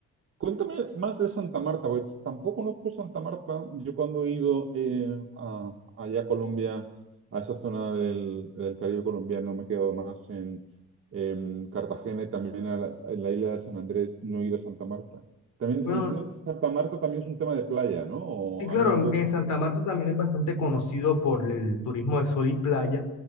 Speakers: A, on the right (about 45°); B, on the left (about 80°).
A: cuéntame más de Santa Marta, porque tampoco conozco Santa Marta. Yo cuando he ido eh, a- allá a Colombia, a esa zona del, del Caribe colombiano, me he quedado más en, en Cartagena y también a la- en la isla de San Andrés, no he ido a Santa Marta. También
B: Bueno,
A: entiendo que Santa Marta también es un tema de playa, ¿no? ¿O
B: Sí, claro,
A: hay algo
B: en, en Santa Marta también es bastante conocido por el turismo de sol y playa,